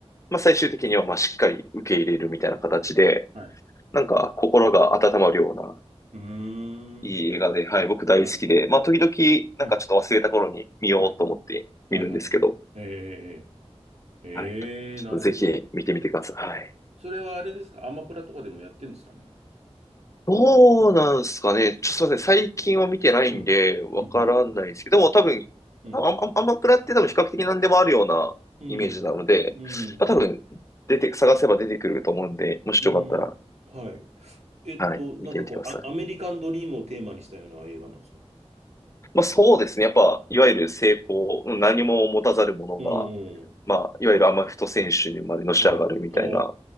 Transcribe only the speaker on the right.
はい。
うーん。
はい。
うん。はい。はい。はい。えー。えーえーなるほど。
それはあれですかアマプラとかでもやってんですかね
うん、
うん、
うん、
うん、うん、うん、
うんはい。えっと、
なんかこう、
ア、アメリカンドリームをテーマにしたような映画なんですか
うんうん。
はい。ああ、